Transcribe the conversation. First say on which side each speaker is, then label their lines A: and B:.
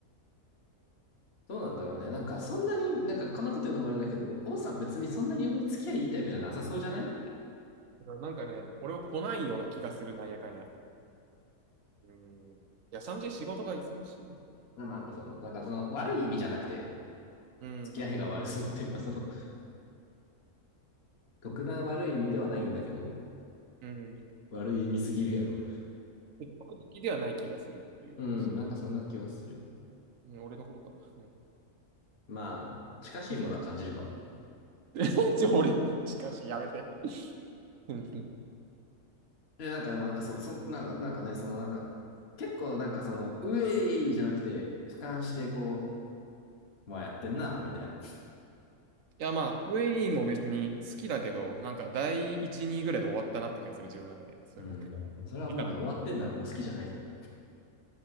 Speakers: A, on the left; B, on the right.
A: どうなんだろうね。なんか、そんなに、なんか、こんなこと言うのもあれだけど、王さん別にそんなによほど付き合いいいタイプじゃなさそうじゃない
B: なんかね、俺は来ないような気がする、なんやかんや。うん。いや、シャンジー仕事が忙しい。
A: まあまあね、その、だからその、悪い意味じゃなくて、
B: うん。
A: 付き合いが悪そうっていうか、その、特段悪い意味ではないんだけど、
B: うん。
A: 悪い意味すぎるやろ。
B: 積的ではない気がするっていう話。
A: うん、なんかそんな気はする。
B: うん、俺のことかな。
A: まあ、近しいものは感じるかも。
B: うん <laughs> <laughs> ちょ俺に近しい、やめて。うんうん
A: で、なんかでもなんかそう、そ、なんか、なんかね、そのなんか、結構なんかその、うえいじゃなくて、俯瞰してこう、まあやってんな、みたいな。
B: いや、まあ、ウェイも別に好きだけど、なんか第1、2ぐらいで終わったなって気がする、自分の中で。そういうの、
A: うん、
B: もう、
A: それはもうね、
B: いいかな。
A: 終わってんだろ、もう好きじゃないのよ。